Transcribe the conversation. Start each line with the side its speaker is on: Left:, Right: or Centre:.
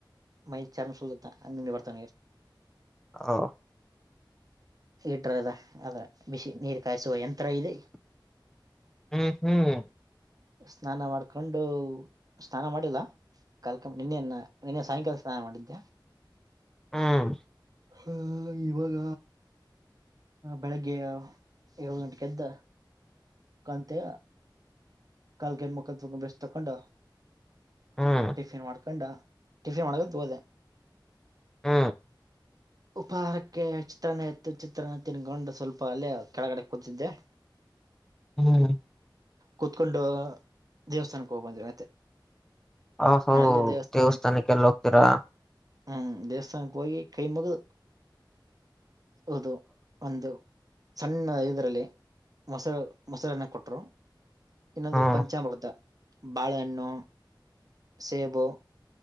Right: ಮೈ ಚರ್ಮ ಸೋಲ್ದ ಹಂಗ್ ಬರ್ತಾ ನಿ.
Centre: ಹೊ.
Right: ಇಟ್ರದ ಅದ ಬಿಶಿ ನೀರ್. ಕಾಯಿಸುವ ಯಂತ್ರ ಇದೆ.
Centre: ಹ್ಮ್ ಹ್ಮ್.
Right: ಸ್ನಾನ ಮಾಡ್ಕೊಂಡು ಸ್ನಾನ ಮಾಡಿಲ್ಲ. ಕಾಲ್ಕಂ ನಿನ್ನೆ ನಿನ್ನೆ ಸಾಯಂಕಾಲ ಸ್ನಾನ ಮಾಡಿದ್ದೆ.
Centre: ಹ್ಮ್
Right: ಹ ಇವಾಗ ಬೆಳಗ್ಗೆ ಯೋಳ್ ಗಂಟೆಗ್ ಎದ್ ಕಂತೆ ಕಲ್ಗೈ ಮುಖದ್ ಬೇಸ್ ತಕೊಂಡ.
Centre: ಹ್ಮ್
Right: ಟಿಫಿನ್ ಮಾಡ್ಕೊಂಡ್ ಟಿಫಿನ್ ಮಾಡಕಂತ ಹೊದೆ.
Centre: ಹ್ಮ
Right: ಉಪಹಾರಕ್ಕೆ ಚಿತ್ರಾನ್ನ ಇತ್ತು ಚಿತ್ರಾನ್ನ ತಿನ್ಕೊಂಡು ಸ್ವಲ್ಪ ಅಲ್ಲೇ ಕೆಳ್ಗಡೆ ಕೂತಿದ್ದೆ.
Centre: ಹ್ಮ್
Right: ಕುೂತ್ಕೊಂಡು ದೇವಸ್ಥಾನಕ್ಕೆ ಹೋಗ್ಬಂದ್ವಿ ಮತ್ತೆ.
Centre: ಅ ಹೋ
Right: ಅಲ್ಲಿ ದೇವಸ್ಥಾನ
Centre: ದೇವಸ್ಥಾನಕ್ಕೆ ಎಲ್ಲ ಹೋಗ್ತೀರಾ.
Right: ಹ್ಮ್ ದೇವಸ್ಥಾನಕ್ಕೆ ಹೋಗಿ ಕೈಮಗು ಹೌದ. ಒಂದು ಸಣ್ಣ ಇದರಲ್ಲಿ ಮೊಸ ಮೊಸಾಲನ ಕೊಟ್ಟರು <unintelligible> ಇನ್ನೊಂದು
Centre: ಹ್ಮ್
Right: ಪಂಚಾಮೃತ ಬಾಳೆಹಣ್ಣು ಸೇಬು -